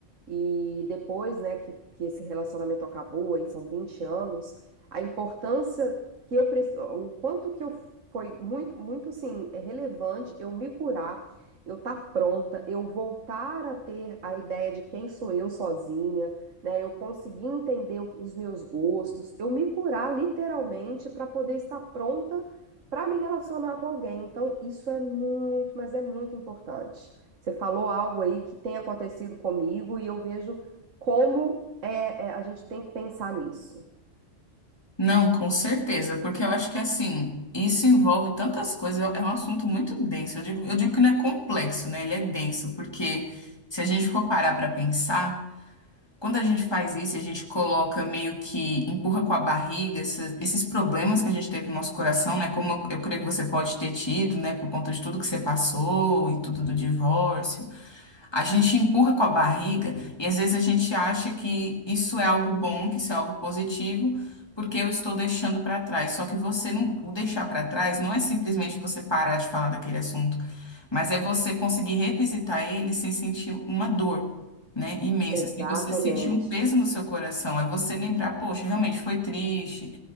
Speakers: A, on the right; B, on the left.
A: E depois, né, que, que esse relacionamento acabou, aí são 20 anos, a importância que eu preciso, o quanto que eu foi muito, muito assim, é relevante eu me curar, eu estar pronta, eu voltar a ter a ideia de quem sou eu sozinha, né? Eu conseguir entender o- os meus gostos, eu me curar literalmente para poder estar pronta para me relacionar com alguém. Então, isso é muito, mas é muito importante. Você falou algo aí que tem acontecido comigo e eu vejo como é, é, a gente tem que pensar nisso.
B: Não, com certeza, porque eu acho que assim, isso envolve tantas coisas, é é um assunto muito denso. Eu digo, eu digo que não é complexo, né? Ele é denso, porque se a gente for parar para pensar, Quando a gente faz isso, a gente coloca meio que empurra com a barriga essas- esses problemas que a gente teve no nosso coração, né? Como eu, eu creio que você pode ter tido, né? Por conta de tudo que você passou e tudo do divórcio. A gente empurra com a barriga e às vezes a gente acha que isso é algo bom, que isso é algo positivo, porque eu estou deixando para trás. Só que você não, o deixar para trás não é simplesmente você parar de falar daquele assunto. Mas é você conseguir revisitar ele sem sentir uma dor, né, imensa,
A: Exatamente.
B: sem você sentir um peso no seu coração. É você lembrar, poxa, realmente foi triste,